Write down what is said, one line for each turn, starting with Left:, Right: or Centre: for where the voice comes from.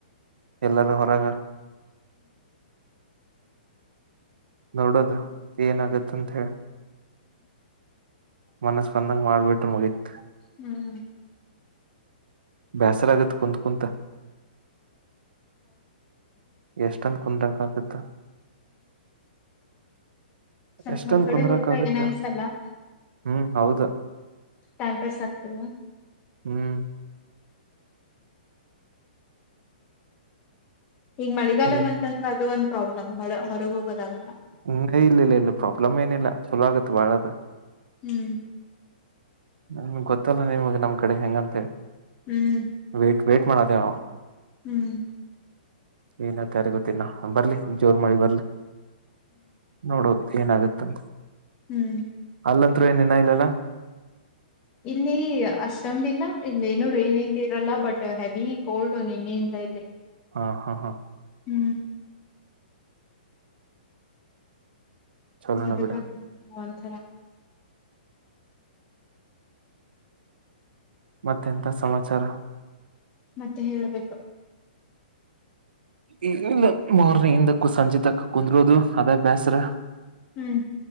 Right: ಎಲ್ಲಾನ ಹೊರಗ. ನೋಡೋದ. ಪೇನ ಆಗತ್ತಂತ ಹೇಳ್. ಮನಸ್ ಬಂದಂಗ ಮಾಡ್ಬಿಟ್ರ ಮುಗಿತ್.
Left: ಹ್ಮ್.
Right: ಬ್ಯಾಸರ ಆಗತ್ ಕುತ್ ಕುಂತ. ಎಷ್ಟಂತ ಕುಂದ್ರಾಕ ಆಗತ್ತ. <inaudible>
Left: ಸ್ವಲ್ಪ
Right: ಎಷ್ಟಂದ
Left: ಹೊರಗಡೆ
Right: ಕುಂದ್ರಕ್
Left: ಹೋದ್ರ
Right: ಆಗತ್ತ
Left: ಏನ ಅನ್ಸಲ್ಲಾ.
Right: ಹ್ಮ್ ಹೌದ.
Left: Time pass ಆಗ್ತದೆವ.
Right: ಹ್ಮ್
Left: ಈಗ್ ಮಳಿಗಾಲಾ
Right: ಇನ್
Left: ಬಂತಂದು ಅದು ಒಂದ. ಪ್ರಾಬ್ಲಮ್ ಹೊಲೊ ಹೊರಗೆ ಹೋಗೋದ ಆಗಲ್ಲಾ.
Right: ಉಂಗ್ಲಿ ಇಲ್ಲೇ ಇಲ್ಲ ಇಲ್ಲ ಪ್ರಾಬ್ಲಮ್ ಏನಿಲ್ಲಾ. ಛಲು ಆಗತ್ತು ಬಾಳ್ಯದ.
Left: ಹ್ಮ್.
Right: ನಮಗ್ ಗೊತ್ತಲ್ಲ ನಿಮಗ್ ನಮ್ ಕಡೆ ಹೆಂಗ ಅಂತ ಹೇಳಿ.
Left: ಹ್ಮ್.
Right: ವೇಟ್ ವೇಟ್ ಮಾಡಾತ್ತೇವೆ ನಾವ.
Left: ಹ್ಮ್.
Right: ಏನ ಅತ್ತಾರೆ ಗೊತ್ತಿಲ್ಲಾ ಬರ್ಲಿ. ಜೋರ್ ಮಳಿ ಬರ್ಲೆ ನೋಡೋದ. ಏನಾಗತ್ತ.
Left: ಹ್ಮ್.
Right: ಅಲ್ಲಂತ್ರು ಏನ ಇನ ಇಲ್ಲಲ್ಲ.
Left: ಇಲ್ಲಿ ಅಷ್ಟೊಂದು ಇಲ್ಲಾ ಇಲ್ಲೇನು ರೇನಿಂಗ್ ಇರಲ್ಲ ಬಟ್ ಹೆವಿ ಕೋಲ್ಡ್ ನಿನ್ನೆಯಿಂದ ಇಲ್ಲಿ.
Right: ಹಾ ಹಾ ಹಾ.
Left: ಹ್ಮ್.
Right: ಚಲೋಣ
Left: ಅದಕ್ಕ.
Right: ಬಿಡ
Left: ತರ.
Right: ಮತ್ತೆಂತ ಸಮಾಚಾರ.
Left: ಮತ್ತೆ ಹೇಳಬೇಕ.
Right: ಇಲ್ಲ ಮಾರ್ನಿಂಗ್ ಇಂದ ಕು ಸಂಜೆ ತಕ ಕುಂದರುದು ಅದೇ ಭ್ಯಾಸ್ರ
Left: ಹ್ಮ್.